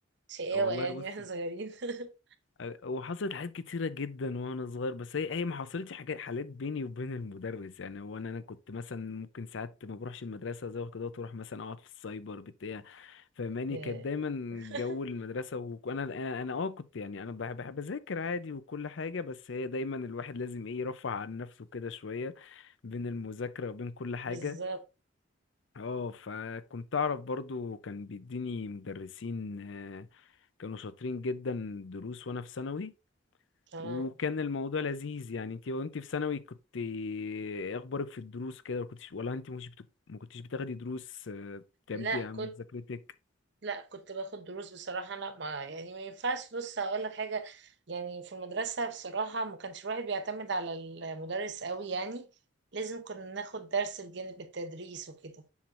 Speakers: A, on the right; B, on the left.
A: شقاوه
B: أه والله
A: يعني
B: بصي
A: واحنا صغيرين <laughs>
B: أه، هو حصلت حاجات كتيره جدا وانا صغير بس هي هي ما حصلتش حاجات حالات بيني وبين المدرس يعني هو انا انا كنت مثلا ممكن ساعات ما بروحش المدرسه زي كده وتروح مثلا اقعد في السايبر بتاع فماني
A: لا.
B: كانت دايما
A: <laughs>
B: جو المدرسه وانا انا انا اه كنت يعني انا بحب بحب اذاكر عادي وكل حاجه بس هي دايما الواحد لازم ايه يرفع عن نفسه كده شويه بين المذاكره وبين كل حاجه
A: بالظبط
B: اه فكنت اعرف برضو كان بيديني مدرسين آه، كانوا شاطرين جدا دروس وانا في ثانوي
A: اه
B: وكان الموضوع لذيذ يعني انت وانت في ثانوي كنت ايه اخبارك في الدروس كده ما كنتش ولا انت مش بت... ما كنتش بتاخدي دروس آه، بتعمدي
A: لا
B: عن
A: كنت
B: مذاكرتك
A: لا كنت باخد دروس بصراحة لا ما يعني ما ينفعش بص هقول لك حاجة يعني في المدرسة بصراحة ما كانش الواحد بيعتمد على المدرس قوي يعني لازم كنا ناخد درس بجانب التدريس وكده